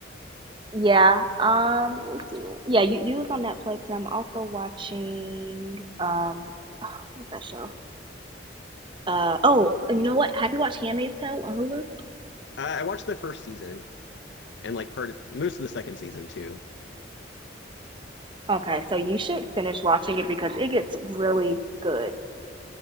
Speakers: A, on the right; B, on the left.
A: Yeah. Um. Let's see. Yeah, you you was on Netflix, and I'm also watching um. What's that show? Uh. Oh, and you know what? Have you watched Handmaid's Tale on Hulu?
B: Uh, I watched the first season and like part of, most of the second season too.
A: Okay, so you should finish watching it because it gets really good.